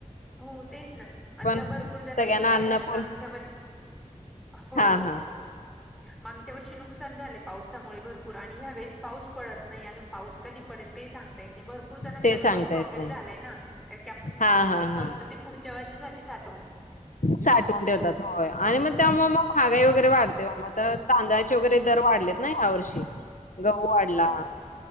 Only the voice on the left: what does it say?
सगळ्यांना
अन्नपूर
हा
हा.
ते
सांगता
येत नाही.
हा
हा
हा.
साठवून ठेवतात होय आणि मग त्यामुळं मग महागाई वगैरे वाढते ओ मग तर तांदळाचे वगैरे दर वाढलेत ना यावर्षी त गहू वाढला,